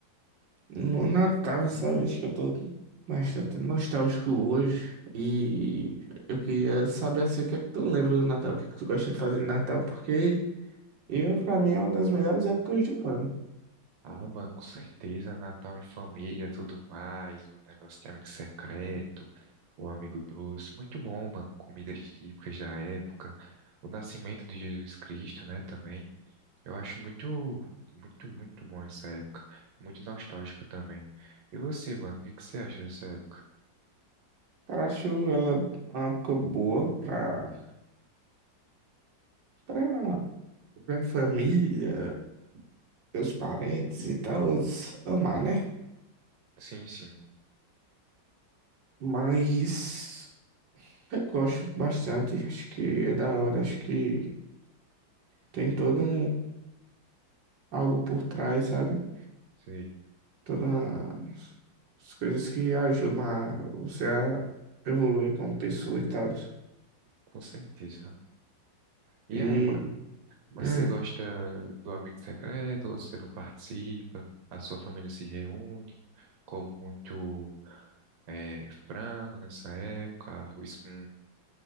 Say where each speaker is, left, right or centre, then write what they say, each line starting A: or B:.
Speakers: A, on the right; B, on the right.
A: no Natal, sabe? Acho que eu tô bastante nostálgico hoje. E eu queria saber assim, o que é que tu lembra do Natal, o que é que tu gosta de fazer no Natal, porque eu, pra mim, é uma das melhores épocas do ano.
B: Ah, mano, com certeza, Natal em família, tudo mais, o negócio de amigo secreto, o amigo doce, muito bom, mano, comidas típicas da época, o nascimento de Jesus Cristo, né, também. Eu acho muito, muito, muito bom essa época, muito nostálgico também. E você, mano, o que que você acha dessa época?
A: Cara, acho ela uma época boa pra, pra, pra família. meus parentes e tal amar, né?
B: Sim, sim,
A: Mas eu gosto bastante, acho que é da hora, acho que tem todo um algo por trás, sabe?
B: sei,
A: Todas as coisas que ajudam a você a evoluir como pessoa e tal.
B: com certeza. E
A: E
B: aí, mano? Mas
A: hum,
B: Você gosta do Amigo Secreto ou você não participa? A sua família se reúne, come muito eh, frango nessa época, arroz com